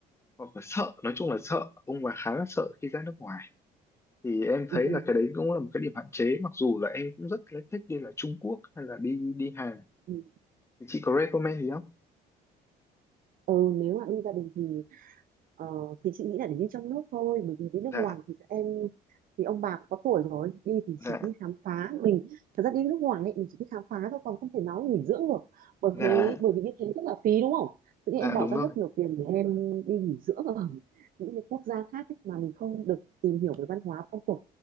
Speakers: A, on the left; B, on the right.
A: hoặc là sợ nói chung là sợ ông bà khá là sợ khi ra nước ngoài thì em thấy
B: ừ ừ,
A: là cái đấy cũng là một cái điểm hạn chế mặc dù là em cũng rất là thích đi là Trung Quốc hay là đi đi Hàn
B: ừ.
A: thì chị có recommend gì không
B: ừ nếu mà đi gia đình thì ờ, thì chị nghĩ là để đi trong nước thôi bởi vì đi nước
A: dạ
B: ngoài thì các em thì ông bà cũng có tuổi rồi đi thì
A: dạ
B: chỉ đi khám phá mình thật ra đi nước ngoài ấy, mình chỉ đi khám phá thôi còn không thể nói nghỉ dưỡng được bởi
A: dạ
B: thế bởi vì như thế rất là phí đúng không tự nhiên
A: dạ
B: em bỏ
A: đúng
B: ra
A: rồi
B: rất nhiều tiền để em đi nghỉ dưỡng ở <laughs> những cái quốc gia khác ấy, mà mình không được tìm hiểu về văn hóa phong tục